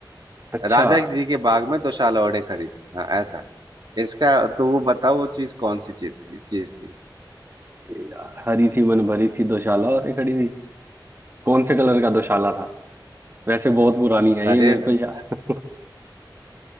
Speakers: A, on the right; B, on the right.
A: अच्छा
B: राजा जी के बाग में दोशाला ओढ़े खरी थी हाँ ऐसा इसका तो वो बताओ वो चीज कौन सी चीज थी चीज थी
A: यार, हरी थी मन भरी थी दोशाला और एक खड़ी थी कौन से कलर का दोशाला था वैसे बहुत पुरानी है
B: हरे
A: ये मेरे
B: रंग
A: को यार